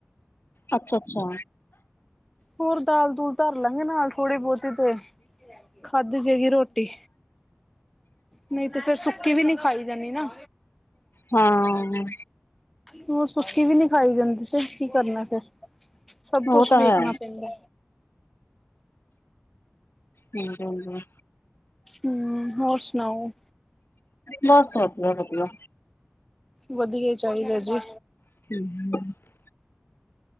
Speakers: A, on the left; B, in the centre.
A: ਅੱਛਾ ਅੱਛਾ।
B: ਹੋਰ ਦਾਲ ਦੂਲ ਧਰ ਲਾਂਗੇ ਨਾਲ ਥੋੜੀ ਬਹੁਤੀ ਤੇ। ਖਾਧੀ ਜੇਗੀ ਰੋਟੀ। ਨਹੀਂ ਤੇ ਫੇਰ ਸੁੱਕੀ ਵੀ ਨਹੀਂ ਖਾਈ ਜਾਂਦੀ ਨਾ।
A: ਹਾਂ
B: ਹੋਰ ਸੁੱਕੀ ਵੀ ਨੀ ਖਾਈ ਜਾਂਦੀ ਤੇ ਕੀ ਕਰਨਾ ਫਿਰ ਸਭ ਕੁਛ
A: ਉਹ ਤਾਂ
B: ਵੇਖਣਾ
A: ਹੈ
B: ਪੈਂਦਾ।
A: ਹਾਂਜੀ ਹਾਂਜੀ।
B: ਹਮ ਹੋਰ ਸੁਣਾਓ।
A: ਬੱਸ ਵਦੀਆ ਵਦੀਆ।
B: ਵਧੀਆ ਹੀ ਚਾਹੀਦਾ ਜੀ।
A: <inaudible>